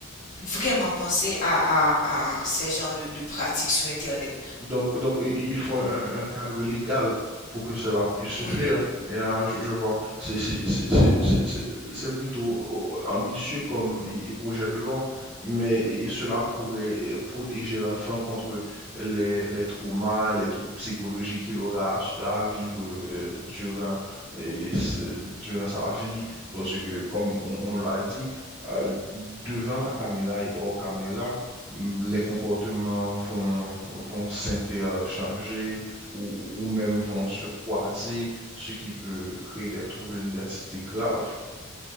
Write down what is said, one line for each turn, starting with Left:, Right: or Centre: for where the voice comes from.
Left: vraiment penser à, à, à ces genres de, de pratiques sur Internet.
Right: Donc, donc, i- i- il faut un, un cadre légal pour que cela puisse se
Left: Oui,
Right: faire.
Left: oui.
Right: Et, euh, je, je vois, c'est c'est- c'est- c'est- c'est- c'est- c'est plutôt oh, ambitieux comme i- i- projet de loi, mais i- cela pourrait protéger l'enfant contre les, les traumas, les troubles psychologiques qu'il aura à, à vivre euh, durant, et ce- durant sa vie, parce que, comme on, on l'a dit, euh, devant la caméra et hors caméra, les
Left: Mhm.
Right: comportements vont, vont s'interchanger ou, ou même vont se croiser, ce qui peut créer des troubles d'identité graves.